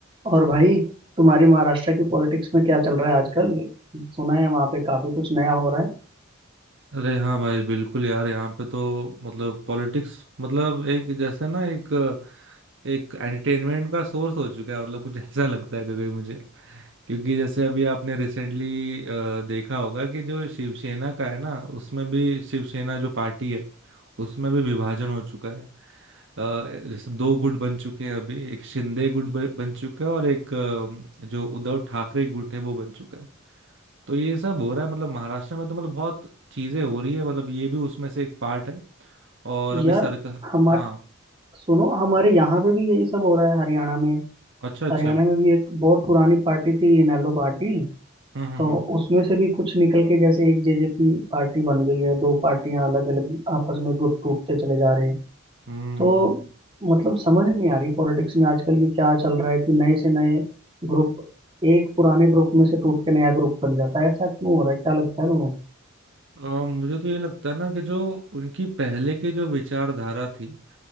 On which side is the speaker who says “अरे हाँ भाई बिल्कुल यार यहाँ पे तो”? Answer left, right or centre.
Right